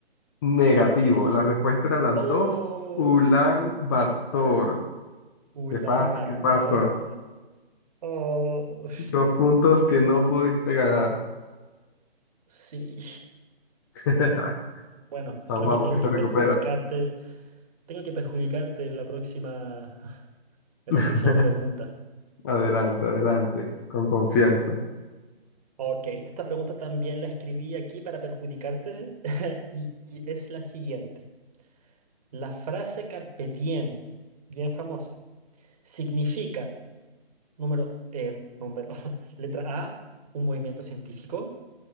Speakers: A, on the left; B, on the right.
A: negativo. La respuesta era las
B: Oh,
A: dos. Ulan Bator.
B: Ulan
A: ¿Qué pasa?
B: Bator.
A: ¿Qué pasa?
B: Oh,
A: Dos puntos que no pudiste ganar.
B: sí.
A: <laughs>
B: Bueno,
A: Vamos,
B: creo
A: vamos,
B: que tengo
A: que se
B: que
A: recupera.
B: perjudicarte. Tengo que perjudicarte en la próxima, <laughs> en
A: <laughs>
B: la próxima pregunta.
A: Adelante, adelante, con confianza.
B: Ok, esta pregunta también la escribí aquí para perjudicarte <laughs> y, y es la siguiente. La frase carpe diem, bien famosa, significa Número, em, número. <laughs> Letra A, un movimiento científico.